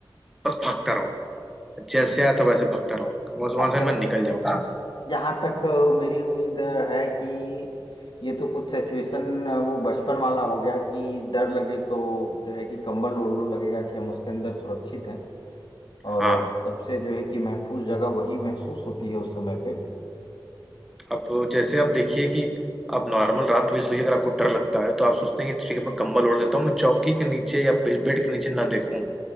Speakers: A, in the centre; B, on the left (about 70°).
A: बस भागता रहूं जैसे आया था वैसे भागता रहूं बस वहां
B: आप
A: से मैं निकल जाऊं
B: जहाँ तक अ, मेरी उम्मीद है कि ये तो कुछ सिचुएशन वो बचपन वाला हो गया कि डर लगे तो जो है कि कंबल ओढ़ लो लगेगा कि हम उसके अंदर सुरक्षित हैं
A: हाँ
B: और सबसे जो है कि महफूज जगह वही महसूस होती है उस समय पे
A: अब जैसे आप देखिए कि आप नॉर्मल रात में सोइए अगर आपको डर लगता है तो आप सोचते हैं कि ठीक है मैं कम्बल ओढ़ लेता हूँ मैं चौकी के नीचे या बे- बेड के नीचे ना देखूं